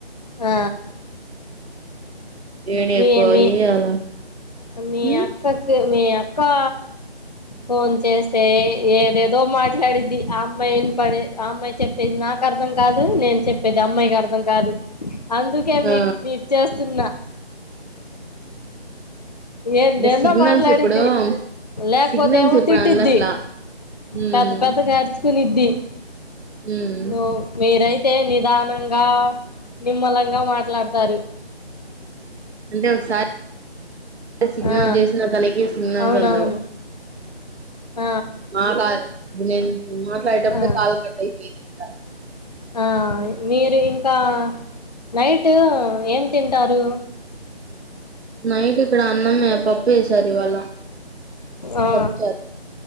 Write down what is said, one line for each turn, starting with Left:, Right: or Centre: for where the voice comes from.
Left: ఆ
Right: వేడి
Left: మీ
Right: ఎక్కువ
Left: మీ
Right: అయ్యి అలా
Left: మీ
Right: ఉమ్
Left: అక్కాకి మీ అక్కా ఫోన్ చేస్తే ఏదేదో మాట్లాడిద్ధి ఆ అమ్మాయి ఈనపడే అమ్మాయి చెప్పేది నాకు అర్థం కాదు నేను చెప్పేది అమ్మాయికి అర్థం కాదు అందుకే
Right: ఆ
Left: మీక్ మీ మీక్ చేస్తున్నా ఎందెందో
Right: అంటే సిగ్నల్స్
Left: మాట్లాడిద్ది
Right: ఇప్పుడు
Left: లేకపోతే
Right: సిగ్నల్స్
Left: ఏమో
Right: ఇప్పుడు
Left: తిట్టిద్ది
Right: అందట్లా ఉమ్
Left: పెద్ద పెద్దగా ఆర్చుకునిద్ది
Right: ఉమ్
Left: నువ్వు మీరై తే నిదానంగా నిమ్మలంగా మాట్లాడతారు
Right: అంటే ఒకసారి సిగ్నల్
Left: ఆ
Right: చేసినా తనకి సిగ్నల్స్
Left: అవునవును
Right: అందవు
Left: ఆ
Right: మా కాల్ ఇప్పుడు నేను మాట్లాడేటప్పుడే
Left: ఆ
Right: కాలు కట్ అయిపోయేది ఇంకా
Left: ఆ మీరు ఇంకా నైట్ ఏం తింటారు
Right: నైట్ ఇక్కడ అన్నమే పప్పు చేసారు ఇవాళ
Left: ఆ
Right: పప్పు చారు